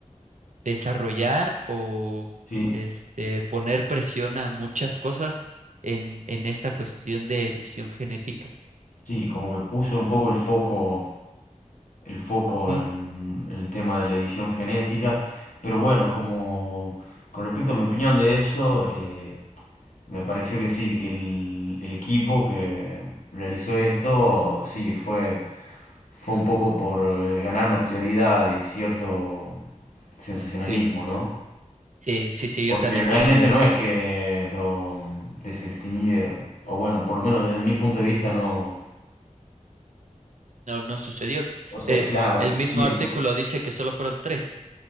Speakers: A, on the right; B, on the left.
A: desarrollar o
B: sí,
A: este, poner presión a muchas cosas en, en esta cuestión de edición genética.
B: sí, como que puso un poco el foco el foco
A: Ujú,
B: en, en el tema de la edición genética. Pero bueno, como con respecto a mi opinión de eso, eh, me pareció que sí, que el, el equipo que realizó esto, sí, fue, fue un poco por eh, ganar notoriedad y cierto sensacionalismo,
A: Sí,
B: ¿no?
A: sí, sí, sí,
B: Porque
A: yo también
B: realmente
A: considero
B: no
A: que
B: es
A: eso
B: que lo desextinguieron. O bueno, por lo menos desde mi punto de vista no.
A: no, no sucedió.
B: O sea,
A: Eh,
B: claro,
A: el
B: sí
A: mismo
B: es
A: artículo
B: un,
A: dice que solo fueron tres.